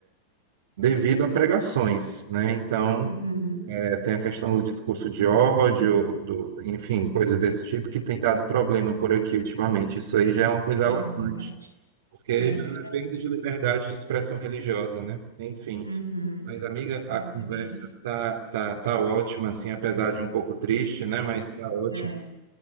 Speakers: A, on the right; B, on the right.
A: devido a pregações, né? Então,
B: Uhum.
A: é, tem a questão do discurso de ódio, do, enfim, coisas desse tipo que tem dado problema por aqui ultimamente. Isso aí já é uma coisa
B: É
A: alarmante,
B: verdade.
A: porque
B: É
A: já
B: verdade.
A: é perda de liberdade de expressão religiosa, né? Enfim.
B: Uhum.
A: Mas, amiga,
B: Essa
A: a conversa
B: é bem isso.
A: tá, tá, tá ótima, assim, apesar de um pouco triste, né? Mas tá ótimo.
B: É.